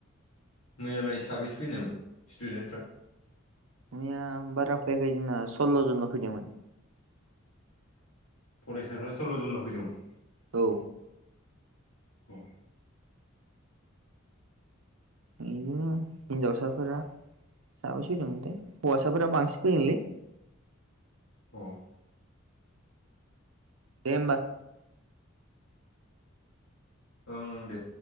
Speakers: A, on the left (about 75°); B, on the right (about 80°).
A: मैयालाय साबैसे फैनायमोन स्टुदेन्टफ्रा?
B: मैया बारा फैयाखै जोंना सल्ल' जनल' फैदोंमोन।
A: फरायसाफ्रा सल्ल' जनल' फैदोंमोन।
B: औ
A: ह
B: इदिनो हिनजाव साफोरा साबैसे फैदोंमोनथाय दे हौवासाफोरा बांसिन फैदोंलै।
A: अह
B: दे होमबा।
A: ओं ओं दे।